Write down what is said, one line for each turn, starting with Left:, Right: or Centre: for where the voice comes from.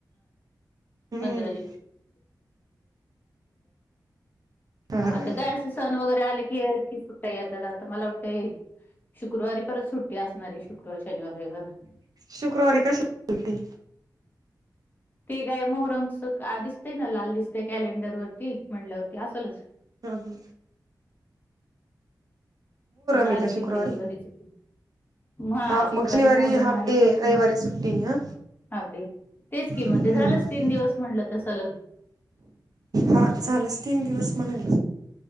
Right: हम्म
Left: पणर
Right: हा
Left: आता काय अस सण वगै <unintelligible> रे आले की सुट्टय येता जाता आता मला वाटतय शुक्रवारी परत सुट्टी असणारी शुक्रवार, शनिवार, रविवारी
Right: शुक्रवारी कशाची सुट्टी
Left: ते काय मोहरमच का दिसतय ना लाल दिसत कॅलेंडर वरती म्हणतल्यावरती असलच
Right: हा ह
Left: परत
Right: आहे
Left: आलेच
Right: का शुक्रवारी
Left: तीन दिवस घरीच आहे महा
Right: हा
Left: शुक्रवारी
Right: मग शनिवारी
Left: मोहरम
Right: हाफ
Left: आहे
Right: डे रविवारी सुट्टी हा
Left: अवडे तेच किंमत
Right: हम्म
Left: आहे झालंच तीन दिवस म्हणलं सलग
Right: हा झालंच तीन दिवस म्हणाल